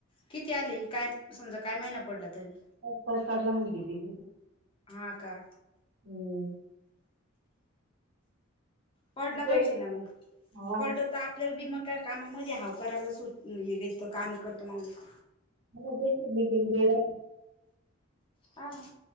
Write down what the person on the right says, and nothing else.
पाच पाच पडला म्हणत्या ती
हम्म.
ते-
हा
काल होतय की मीटिंग बी राहती.